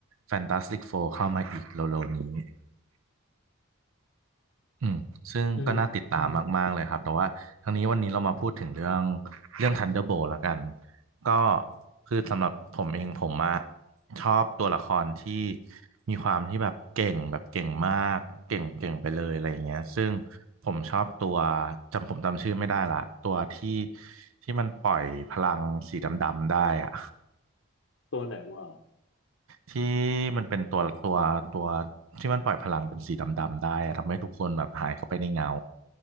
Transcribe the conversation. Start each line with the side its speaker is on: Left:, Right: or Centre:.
Right: Fantastic Four เข้ามาอีกเร็วๆนี้ อืมซึ่งก็น่าติดตามมากๆเลยครับแต่ว่าทั้งนี้วันนี้เรามาพูดถึงเรื่อง
Left: อืม
Right: เรื่อง Thunderbolt แล้วกันก็คือสำหรับผมเองผมอะชอบตัวละครที่มีความที่แบบเก่งแบบเก่งมากเก่งเก่งไปเลยอะไรอย่างเงี้ยซึ่งผมชอบตัวจำผมจำชื่อไม่ได้ละตัวที่ที่มันปล่อยพลังสีดำๆได้อะ
Left: ตัวไหนว่า
Right: ที่มันเป็นตัวตัวตัวที่มันปล่อยพลังเป็นสีดำๆได้อะทำให้ทุกคนแบบหายเข้าไปในเงา